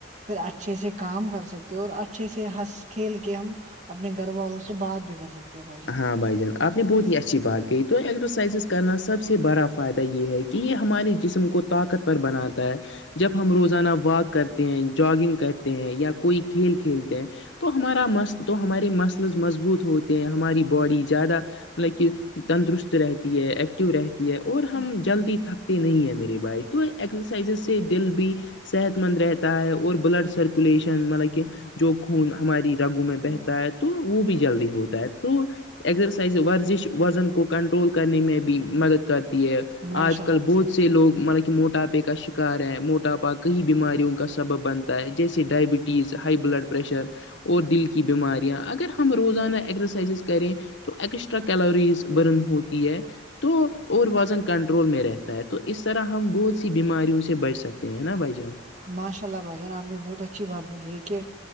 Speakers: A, on the right; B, on the left.
A: پھر اچھے سے کام کر سکتے اور اچھے سے ہنس کھیل کے ہم اپنے گھر والوں سے بات بھی کر سکتے ہیں بھائی جان
B: ہاں بھائی جان آپ نے بہت ہی اچھی بات کہی تو ایکسرسائزز کرنا سب سے بڑا فائدہ یے ہے کی یے ہمارے جسم کو طاقتور بناتا ہے جب ہم روزانہ واک کرتے ہیں جاگنگ کرتے ہیں یا کوئی کھیل کھیلتے ہیں تو ہمارا مست تو ہمارے مسلز مضبوط ہوتے ہیں ہماری باڈی زیادہ مطلب کہ تندرست رہتی ہے ایکٹو رہتی تی ہے اور ہم جلدی تھکتے نہیں ہیں میری بھائی تو ایکسرسائزز سے دل بھی صحت مند رہتا ہے اور بلڈ سرکولیشن مطلب کہ جو خون ہماری رگو میں بہتا ہے تو وہ بھی جلدی ہوتا ہے تو ایکسیرسائز ورزش وزن کو کنٹرول کرنے میں بھی مدد کر ہے
A: ماشاء
B: آج
A: اللہ
B: کل بہت
A: مجھے
B: سے لوگ مل موٹاپے کا شکار ہے موٹاپا کئی بیماریوں کا سبب بنتا ہے جیسے ڈائبٹیز ہائی بلڈ پر پریشر اور دل کی بیماریاں اگر ہم روزانہ ایگزس ز کریں تو ایکسٹرا کیلوریز برن ہوتی ہے تو اور وزن کنٹرول میں رہتا ہے تو اس طرح ہم بہت سی بیماریوں سے بچ سکتے ہیں نا بھائی جان
A: ماشاء اللہ بھائی جان آپ نے بہت اچھی بات بولی ہے کہ